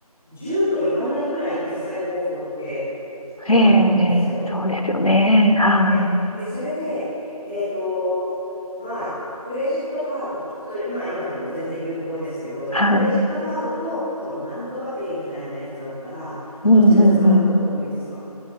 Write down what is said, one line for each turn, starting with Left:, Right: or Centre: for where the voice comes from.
Centre: 10と言わないくらい決済方法ってあると思うんですよ。
Left: ええ、そうですよね。はい、
Centre: ね。で、それで、えっと、まあ、クレジットカード、それ今、今でも全然有効ですけど、じゃあクレジットカードと、
Left: はい。
Centre: そのなんとかペイみたいなやつだったら、どちら使うこと多いですか
Left: うん、うん、うん。